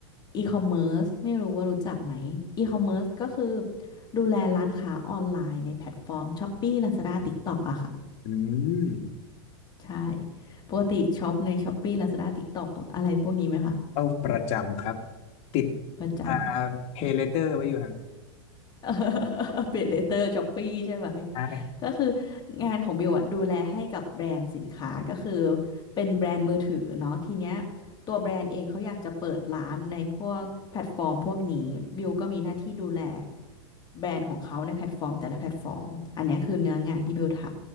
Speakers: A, on the left; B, on the left.
A: อีคอมเมิร์ซไม่รู้ว่ารู้จักไหมอีคอมเมิร์ซก็คือดูแลร้านค้าออนไลน์ในแพลตฟอร์ม Shopee Lazada TikTok อะค่ะ
B: อืม
A: ใช่ ปกติช็อปใน Shopee Lazada TikTok อะไรพวกนี้ไหมคะ
B: เป้าประจำครับติด
A: ประจำ
B: อ่าเพยเลเตอร์ไว้อยู่นะ
A: <laughs> เป l เลเตอร์ Shopee ใช่ไหม
B: ใช่
A: ก็คืองานของบิวอะดูแลให้กับแบรนด์สินค้าก็คือเป็นแบรนด์มือถือเนาะทีเนี้ยตัวแบรนด์เองเขาอยากจะเปิดร้านในพวกแพลตฟอร์มพวกนี้บิวก็มีหน้าที่ดูแลแบรนด์ของเขาในแพลตฟอร์มแต่ละแพลตฟอร์มอันเนี้ยคือเนื้องานที่บิวท